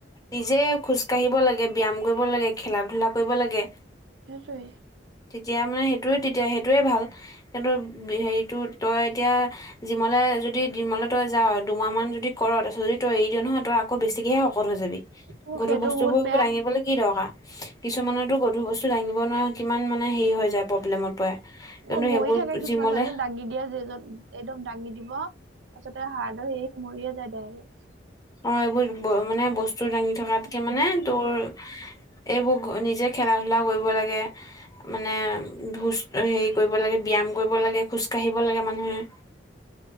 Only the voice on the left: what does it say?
নিজে খোজ কাঢ়িব লাগে, ব্যায়াম কৰিব লাগে, খেলা -ধূলা কৰিব লাগে।
তিয়া মানে সেইটোৱে তেতিয়া, সেইটোৱে ভাল কিন্তু হেৰিটো তই এতিয়া জিমলে যদি জিমলে তই যাৱ, দুমাহমান যদি কৰ তাৰপিছত যদি তই এৰি দিয় নহয় তই আকৌ বেছিকেহে শকত হৈ যাবি।
গধুৰ
বস্তুবোৰ
দাঙিবলে কি দৰকাৰ। কিছুমানেটো গ গধুৰ বস্তু দাঙিব নোৱাৰে। কিমান মানে হেৰি হৈ যায়, প্ৰব্লেমত পৰে। কিন্তু
সেইবোৰ
জিমলে
অঁ, এইবোৰ ব ' মানে বস্তু দাঙি থকাত্কে মানে
তোৰ এইবোৰ নিজে খেলা- ধূলা কৰিব লাগে। মানে ভোজ হেৰি কৰিব লাগে, ব্যায়াম কৰিব লাগে, খোজকাঢ়িব লাগে মানুহে।